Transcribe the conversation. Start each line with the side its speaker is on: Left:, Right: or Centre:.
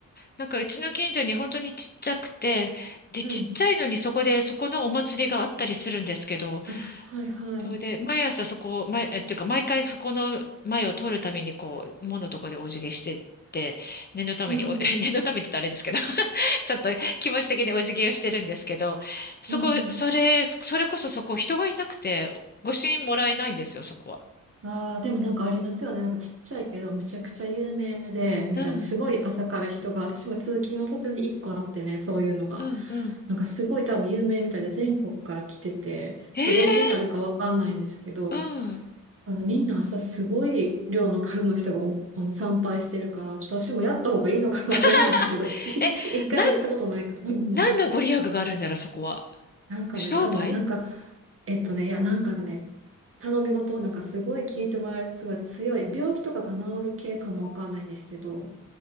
Left: なんかうちの近所に本当にちっちゃくて、で、
Right: うん。
Left: ちっちゃいのにそこで、そこのお祭りがあったりするんですけど、
Right: あ、はい、はい。
Left: それで、毎朝そこを、毎、え、っていうか、毎回そこの前を通るために、こう、門のとこでお辞儀してって、念のためにお、
Right: うん、
Left: <laughs>
Right: うん、
Left: 念のためって言ったらあれですけど <laughs> ちょっと気持ち的にお辞儀をしてるんですけど、そこ、
Right: うん、うん。
Left: それ、それこそそこ、人がいなくて、御朱印もらえないんですよ、そこは。
Right: ああ、でもなんかありますよね。なんかちっちゃいけど、めちゃくちゃ有名で、みたいな、
Left: うん、
Right: すごい朝から人が、私も通勤の途中に一個あってね、そういうのが。
Left: うん、うん。
Right: なんかすごい多分有名みたいで、全国から来てて、ちょっとご一緒にあるかわかんないんですけど、
Left: ええうん。
Right: あのみんな朝すごい量の数の人がおあの参拝してるから、ちょっと私もやった方がいいのかなと思うんですけど、
Left: <laughs>
Right: い
Left: え、
Right: <laughs> 一回も行ったことないから。
Left: なん、
Right: うんうん
Left: 何のご利益があるんだろう、そこは。
Right: なんかね、
Left: 商売
Right: 多分、なんか、えっとね、いや、なんかね、頼み事をなんかすごい聞いてもらえるすごい強い、病気とかが治る系かもわかんないんですけど、